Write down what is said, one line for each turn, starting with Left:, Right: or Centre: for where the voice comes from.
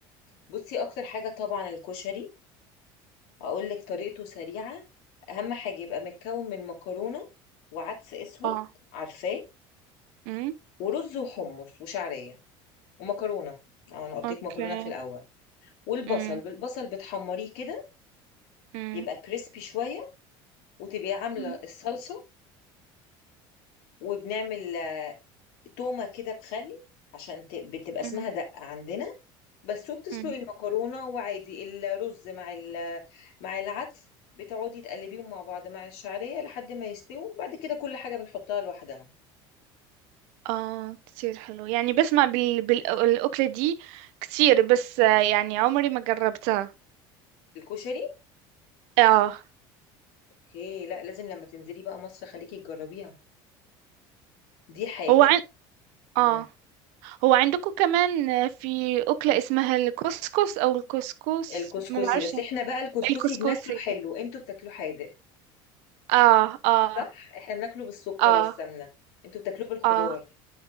Left: بصي أكتر حاجة طبعا الكشري هقول لك طريقته سريعة أهم حاجة يبقى متكون من مكرونة وعدس أسود
Right: آه.
Left: عارفاه
Right: امم
Left: ورز وحمص وشعرية ومكرونة أه أنا قلت
Right: اوكي
Left: لك مكرونة في الأول والبصل
Right: امم
Left: بالبصل بتحمريه كده
Right: امم
Left: يبقى كريسبي شوية وتبقي عاملة
Right: مم.
Left: الصلصة وبنعمل آه، تومة كده بخل عشان ت- بتبقى اسمها
Right: امم
Left: دقة عندنا بس شو بتسلقي
Right: أمم.
Left: المكرونة وعادي الرز مع ال- مع العدس بتقعدي تقلبيهم مع بعض مع الشعرية لحد ما يستووا بعد كده كل حاجة بنحطها لوحدها
Right: اه كتير حلو يعني بسمع بال... بالأكلة دي كتير بس آه، يعني عمري ما جربتها
Left: الكشري
Right: اه
Left: اوكي لا لازم لما تنزلي بقى مصر خليكي تجربيها دي حاجة
Right: هو عن... اه
Left: مم.
Right: هو عندكم كمان في أكلة اسمها الكسكس أو الكسكس
Left: الكسكسي
Right: ما بعرفش
Left: بس احنا بقى الكسكسي
Right: الكسكسي
Left: بناكله حلو انتوا بتاكلوه حادق
Right: اه اه
Left: صح احنا بناكله بالسكر
Right: اه
Left: والسمنة انتوا بتاكلوه بالخضار
Right: اه